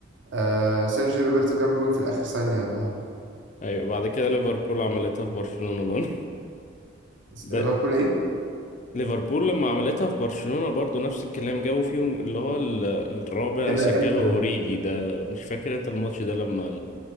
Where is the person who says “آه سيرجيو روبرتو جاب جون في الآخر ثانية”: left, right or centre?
Right